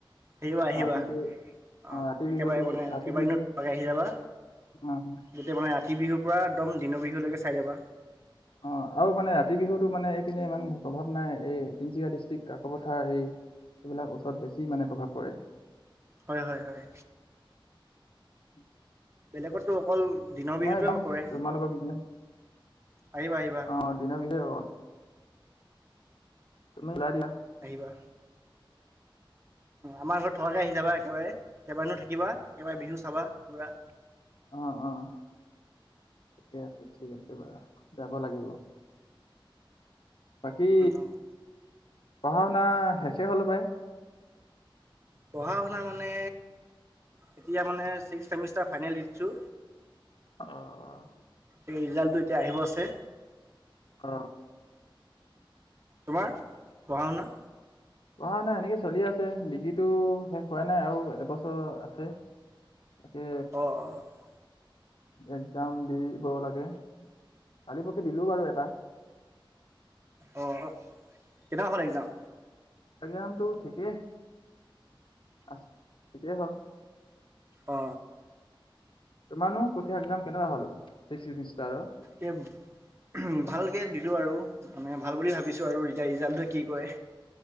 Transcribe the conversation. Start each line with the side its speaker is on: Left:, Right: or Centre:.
Right: আহিবা আহিবা
Left: ৰাতিটো
Right: অ
Left: অ', ৰাতি
Right: একেবাৰে
Left: বিহুটো
Right: মানে
Left: ৰাতি
Right: কেইবাৰিনতমাকে
Left: বিহু
Right: আহি যাবা।
Left: অ',
Right: গোটেই মানে ৰাতি বিহুৰ পৰা একদম দিনৰ বিহুলৈকে চাই যাবা।
Left: অঁ আৰু মানে ৰাতি বিহুতো মানে এইপিনে ইমান প্ৰভাৱ নাই এই তিনিচুকীয়া ডিষ্ট্ৰিক্ কাকপথাৰ এই। এইবিলাক ওচৰত বেছি মানে প্ৰভাৱ পৰে।
Right: হয় হয় হয়
Left: উ
Right: বেলেগতো অকল। দিনৰ বিহুটোৱে
Left: মই যাম
Right: কৰে
Left: তোমালোকৰ পিনে
Right: আহিবা আহিবা
Left: আহ দিনৰ বিধে হ'ল। তুমি উলাই দিলা।
Right: আহিবা। আমাৰ ঘৰত থকাকে আহি যাবা একেবাৰে কেইবাদিনো থাকিবা একেবাৰে বিহু চাবা পুৰা।
Left: অঁ অঁ ঠিকে আছে ঠিক আছে বাৰু যাব লাগিব? বাকী
Right: অঁ
Left: পঢ়া শুনা শেষে হল হপাই।
Right: পঢ়া শুনা মানে এতিয়া মানে্সমষ্টাৰ ফাইনেল দিছো।
Left: অ'।
Right: এ ৰিজাল্টটো এতিয়া আহিব আছে?
Left: অ
Right: তোমাৰ পঢ়া শুনা।
Left: পঢ়া শুনা সেনেকে চলি আছে ডিগ্ৰীটো শেষ হোৱা নাই আৰু এবছৰ আছে। তাকে
Right: অঁ অঁ
Left: এক্জাম দিব লাগে। কালি পকী দিলোঁ বাৰু এটা।
Right: অ কেনেকা হ'ল এক্জাম।
Left: এক্ৰামতটো ঠিকেই আ ঠিকেই হ'ল।
Right: অ
Left: তোমাৰ নো কঠিয়া এক্জাম কেনেকুৱা হ'ল ছিক্সমিষ্টাৰৰ?
Right: কেম উ ভালকে দিলো আৰু মানে ভাল বুলি ভাবিছো আৰু ৰিজাল্টে কি কৰে।